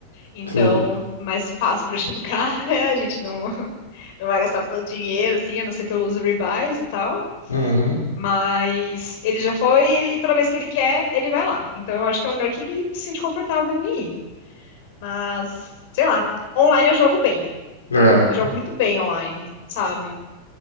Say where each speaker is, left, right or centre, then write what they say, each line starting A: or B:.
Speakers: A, on the left (about 50°); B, on the left (about 75°).
A: então
B: sim.
A: mais fácil para <laughs> jogar, né? A gente não, não vai gastar tanto dinheiro, assim, a não ser pelos rebuys e tal.
B: Uhum.
A: Mas ele já foi e toda vez que ele quer, ele vai lá. Então eu acho que é um lugar que ele se sente confortável em ir. Mas, sei lá, online eu jogo bem.
B: É,
A: Eu jogo muito bem online, sabe?